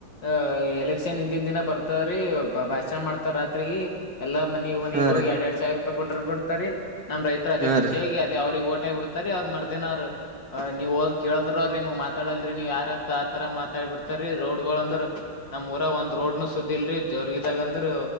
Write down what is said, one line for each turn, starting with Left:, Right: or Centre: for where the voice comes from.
Left: ಅಹ ಎಲೆಕ್ಷನ್ ಹಿಂದಿನ ದಿನ ಬರ್ತ್ರೀ ಭಾಷಣ ಮಾಡ್ತಾರ ರಾತ್ರಿಗಿ ಎಲ್ಲಾ ಮನಿ ಮನೆಗ್
Right: ಹಾ
Left: ಹೋಗಿ
Right: ರೀ
Left: ಎರಡ ಎರಡ್ ಸಾವಿರ ರೂಪಾಯಿ ಕೊಟ್ಟು ಬಿಡ್ತಾರೆ ನಮ ರೈತ ಅದೇ
Right: ಹಾ
Left: ಖುಷಿಯಾಗಿ
Right: ರೀ
Left: ಅವ್ರಿಗೆ ಓಟ ಬಿಡ್ತಾರೆ ಅವ್ರ ಮರ್ದಿನ ಅವ್ ನೀವು ಹೊದ ಕೇಳಿದ್ರ ಅವ್ರು ನಿಮ್ ಮ ಮಾತಾಡಲ್ರಿ ನೀವ್ ಯಾರಂತ ಆತರಾ ಮಾತಾಡ್ ಬಿಡ್ತಾರೀ ರೋಡ್ ಗಳು ಅಂದ್ರ ನಮ್ ಊರಾಗ ಒಂದ್ ರೋಡನು ಸುದ್ದ ಇಲ್ರಿ ಜವರಗಿದಾಗಂದ್ರ